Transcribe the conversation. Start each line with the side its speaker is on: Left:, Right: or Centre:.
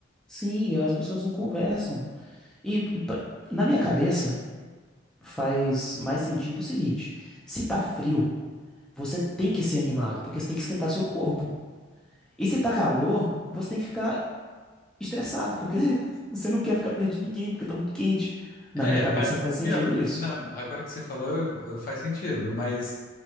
Centre: Sim, as pessoas não conversam. E pra- na minha cabeça faz mais sentido o seguinte: se tá frio, você tem que ser animado, porque você tem que esquentar seu corpo. E se tá calor, você tem que ficar estressado, porque <laughs> você não quer ficar perto de ninguém, porque tá muito quente. Na
Left: É,
Centre: minha cabeça
Left: fa-
Centre: faz sentido
Left: pior, que-
Centre: isso.
Left: na- agora que você falou, eu- eu- faz sentido, mas